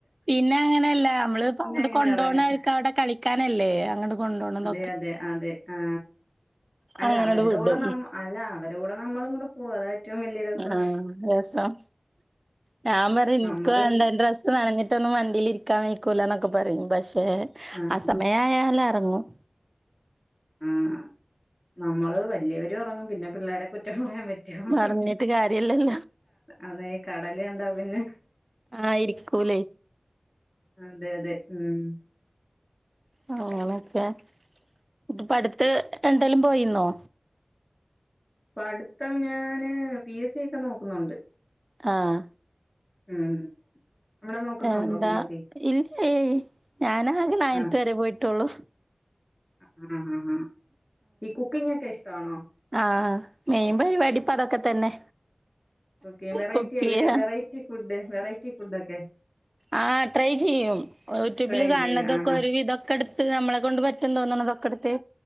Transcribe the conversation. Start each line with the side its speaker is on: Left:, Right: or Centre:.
Right: പിന്നെ അങ്ങനെയല്ലേ നമ്മള് ഇപ്പ അങ്ങോട്ട്
Left: അങ്ങനെ
Right: കൊണ്ട്
Left: എറങ്ങ
Right: പോണത് അവർക്ക് അവിടെ കളിക്കാനല്ലേ അങ്ങോട്ട് കൊണ്ട് പോണത്
Left: അതെ അതെ ആ അല്ല
Right: അങ്ങനട്
Left: അവരുടെ
Right: വിടും.
Left: കൂടെ നമ്മ അല്ല അതൊ ക്കെ നമ്മളും കൂടെ പോവും അതാ ഏറ്റവും വല്യ രസം
Right: ആഹ് രസം. ഞാൻ പറയും
Left: നമ്മക്ക്
Right: എനിക്ക് വേണ്ട ഡ്രസ്സ് നനഞ്ഞിട്ടൊന്നും വണ്ടീൽ ഇരിക്കാൻ <unintelligible> ക്കെ പറയും പക്ഷെ
Left: ആഹ്
Right: ആ സമയായാല് ഇറങ്ങും
Left: ആഹ് നമ്മള് വല്ല്യയവരും ഇറങ്ങും പിന്നെ പിള്ളേരെ കുറ്റം പറയാൻ പ റ്റുവോ
Right: പറഞ്ഞിട്ട് കാര്യല്ലല്ലോ.
Left: അതേ കടല് കണ്ടാ പിന്നെ
Right: ആയിരിക്കൂല്ലേ
Left: അതെ അതെ ഉം
Right: ആ ഓക്കേ ഇപ്പ അടുത്ത് എന്തേലും പോയിരുന്നോ
Left: ഇപ്പോ അടുത്ത് ഞാന് പി എസ് സി ഒക്കെ നോക്കുന്നുണ്ട്
Right: ആഹ്
Left: ഉം അവിടെ നോക്കുന്നുണ്ടോ
Right: ആ എന്താ
Left: പി എസ് സി
Right: ഇല്ലേ ഞാനാകെ അയനത്ത്
Left: ആഹ്
Right: വരെ പോയിട്ടുള്ളു
Left: ആഹ് ആഹ് ഹാ ഈ കുക്കിംഗ് ഒക്കെ ഇഷ്ട ആണോ?
Right: ആഹ് ആഹ് മൈൻ പരിപാടി പ്പ അതൊക്കെ തന്നെ
Left: ക്കെ വെറൈറ്റി
Right: കുക്ക് ചെയ്യാ.
Left: വെറൈറ്റി ഫുഡ് വെറൈറ്റി ഫുഡൊക്കെ
Right: ആ ട്രൈ ചെയ്യും യൂട്യൂബിൽ
Left: ട്രൈ
Right: കാണണതൊക്കെ
Left: ചെയ്യും ആഹാ
Right: ഒരു വിതൊക്കെ എടുത്ത് നമ്മളെ കൊണ്ട് പറ്റൻ തോന്നണതൊക്കെ എടു